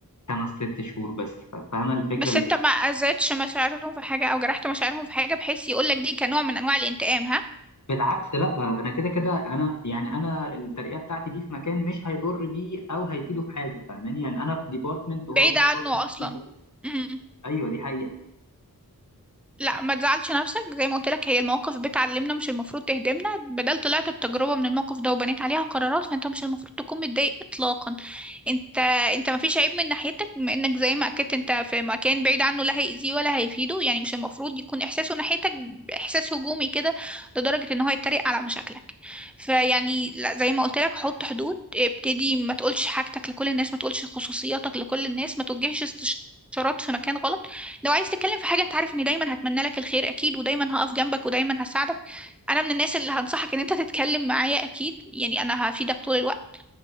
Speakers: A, on the left; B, in the centre.
A: خمس ست شهور بس ف- فاهمة الفكرة
B: بس
A: اللي
B: انت ما اذيتش مشاعرهم في حاجة او جرحت مشاعرهم في حاجة بحيث يقولك دي كنوع من انواع الانتقام ها
A: بالعكس لا انا كده كده انا يعني انا الترقية بتاعتي دي في مكان مش هيضر بيه او هيفيده في حاجة فاهماني يعني انا في ديبارتمنت وهو
B: بعيدة عنه
A: في
B: أصلا
A: ديبارتمنت
B: مم.
A: ايوه دي حقيقة
B: لا ما تزعلش نفسك زي ما قلت لك هي المواقف بتعلمنا مش المفروض تهدمنا بدل طلعت بتجربة من الموقف ده وبنيت عليها قرارات فانت مش المفروض تكون متضايق اطلاقا انت انت ما فيش عيب من ناحيتك بما انك زي ما اكدت انت في مكان بعيد عنه لا هيأذيه ولا هيفيده يعني مش المفروض يكون احساسه ناحيتك احساس هجومي كده لدرجة ان هو يتريق على مشاكلك فيعني لا زي ما قلت لك حط حدود ابتدي ما تقولش حاجتك لكل الناس ما تقولش خصوصياتك لكل الناس ما توجهش استشارات في مكان غلط لو عايز تتكلم في حاجة انت عارف اني دايما هتمنى لك الخير اكيد ودايما هقف جنبك ودايما هساعدك انا من الناس اللي هنصحك ان انت تتكلم معايا اكيد يعني انا هفيدك طول الوقت